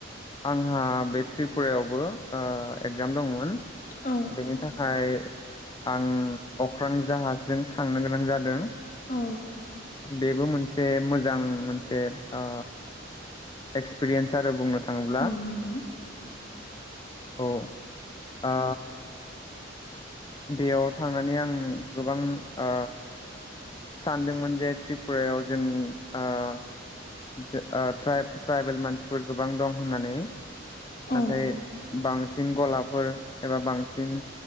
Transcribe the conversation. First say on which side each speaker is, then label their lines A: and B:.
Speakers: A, on the left; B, on the left.
A: आंहा बे त्रिपुरायावबो ओ एगजाम दंमोन
B: औ
A: बेनि थाखाय आं अख्रां जाहाजजों थांनो गोनां जादों
B: औ
A: बेबो मोनसे मोजां मोनसे ओ एक्सपिरियेन्स आरो बुंनो थाङोब्ला
B: औ नंगौ
A: औ आ बेयाव थांनानै आं गोबां आ सानदोंमोन जे त्रिपुरायाव जोंनि ओ ट्राइब ट्राइबेल मानसिफोर गोबां दं होननानै। नाथाय
B: औ
A: बांसिन गलाफोर एबा बांसिन